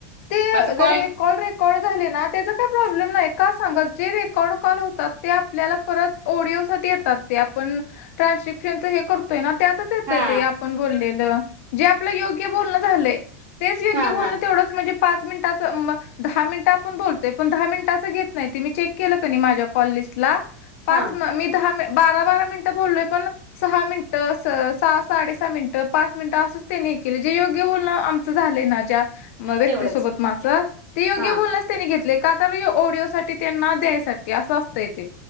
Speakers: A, on the left; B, on the right.
A: ते
B: असं कॉल
A: जरी कॉलरे. रेकॉर्ड झाले ना त्याचा काही प्रॉब्लेम नाही का सांगत जे रेकॉर्ड कॉल होतात ते आपल्याला परत. ऑडिओ साठी येतात ते आपण. ट्रान्सश्रप्शनच हे करतोय ना त्यातच येतय
B: हा
A: ते आपण बोललेलं. जे आपलं योग्य बोलणं झालंय तेच योग्य
B: हा
A: बोलणं
B: हा
A: तेवढं म्हणजे पाच मिनिटाच मग. दहा मिनिटं आपण बोलतोय पण दहा मिनिटाचं घेत नाही ते मी चेक केलं कनाय माझ्या कॉल लिस्टला. पाच
B: हा
A: मी दहा मी बारा बारा मिनिटं बोललोय पण. सहा मिनिटं सहा साडे सहा मिनिटं पाच मिनिटं असंच त्यांनी केले जे योग्य बोलणं आम ''--'' च झालंय ना ज्या म व्यक्ती
B: तेवढंच
A: सोबत माझं ते योग्य
B: हा
A: बोलनच. त्यांनी घेतले का तर ओडिओ साठी त्यांना द्यायसाठी असं असतंय ते.